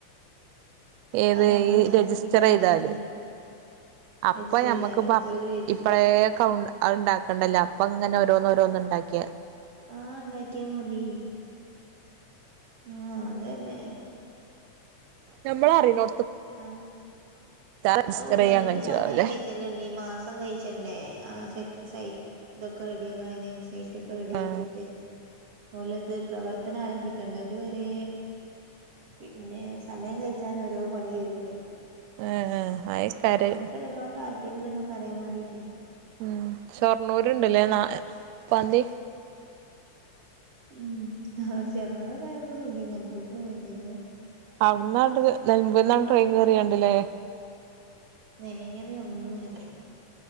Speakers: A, on the right; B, on the right.
A: ഏത്
B: അത് നമ്മള്
A: ഈ രജിസ്റ്റർ
B: ഇതാക്കിയാല്
A: ചെയ്താല് അപ്പൊ
B: രജിസ്റ്റർ
A: ഞമ്മക്ക്
B: ചെയ്താല് ഓല് ഇത് രജിസ്റ്റർ
A: ഇപ്പഴേ
B: ചെയ്താല്
A: കൗണ്ട് അ ഉണ്ടാക്കണ്ടല്ല അപ്പ ഇങ്ങന ഓരോന്നോ ഓരോന്നന്ന് ഉണ്ടാക്കിയാ
B: ആ ഉണ്ടാക്കിയാ മതി ആ അതന്നെ
A: നമ്മൾ അറിനോ
B: ആ
A: രജിസ്റ്റർ
B: അതിന്
A: ചെയ്യാൻ കജ്ജും
B: സമയം
A: ആവുല്ലേ
B: കഴിച്ചണ്ടണ്ണീ മാസം കഴിച്ചണ്ടേ ആ സറ്റ് സൈറ്റ്ക്കെ റെഡിയ ആക്കയനെ സൈറ്റ് ഒക്കെ റെഡി
A: ആഹ്
B: ആക്കിട്ട് ഓല്ത് പ്രവർത്തനം ആരംഭിക്കണ്ട അതു വരെ പിന്നെ സമയം കഴിച്ചാൻ ഓരോ പണി തരുനി
A: ആഹ് അയക്കാര്
B: പിന്നെ നമക്ക് എത്രത്തോളം താല്പര്യംന്നൊക്കെ അറിയാൻ വേണ്ടീട്ട്
A: ഉം ഷൊർണ്ണൂരുണ്ടല്ലേ ന പാന്തി
B: ഉം ഷൊർണൂർ ഒക്കെ ആയ നമുക്ക് സുഖ നൽമ്പൂക്കൂടെ പോയാതി ലേ
A: അവിട്ന്നാണ്ട് നെൽമ്പൂര്ന്നട്ട് ട്രെയിൻ കയറിയാണ്ട്ല്ലേ
B: നേരെ ഒള്ളൂ കയറിയ